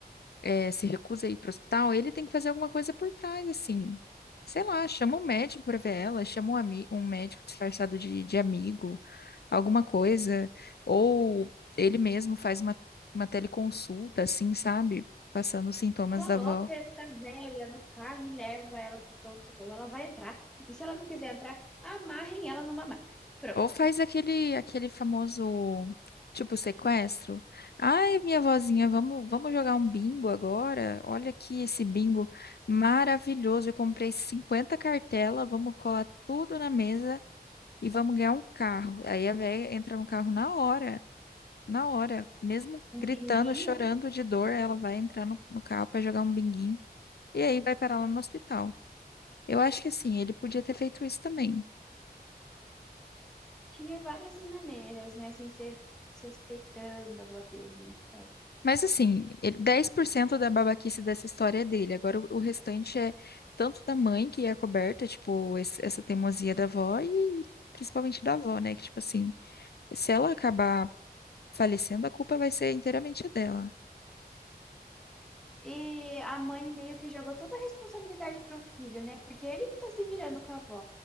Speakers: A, on the left; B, in the centre.
A: é, se recusa a ir pro hospital, ele tem que fazer alguma coisa por trás, assim. Sei lá, chama um médico pra ver ela, chama um, ami um médico disfarçado de, de amigo. alguma coisa, ou ele mesmo faz uma, uma teleconsulta, assim, sabe? Passando os sintomas
B: Coloca
A: da avó.
B: essa velha no carro e leva ela pro pronto-socorro. Ela vai entrar. E se ela não quiser entrar, amarrem ela numa maca. Pronto.
A: Ou faz aquele, aquele famoso, tipo, sequestro. Ai, minha vozinha, vamos, vamos jogar um bingo agora? Olha aqui esse bingo maravilhoso. Eu comprei 50 cartelas, vamos colar tudo na mesa e vamos ganhar um carro. Aí a véia entra no carro na hora, na hora, mesmo
B: Um
A: gritando,
B: binguinho
A: chorando de dor, ela vai entrar no, no carro para jogar um binguinho. E aí vai parar lá no hospital. Eu acho que assim, ele podia ter feito isso também.
B: Tinha várias maneiras, né? Sem ser se respeitando a avó dele, nesse caso.
A: Mas assim, ele- 10% da babaquice dessa história é dele. Agora o, o restante é tanto da mãe que é coberta, tipo, esse- essa teimosia da avó e principalmente da avó, né? Que tipo assim, se ela acabar falecendo, a culpa vai ser inteiramente dela.
B: E a mãe meio que jogou toda a responsabilidade pro filho, né? Porque ele que tá se virando com a avó.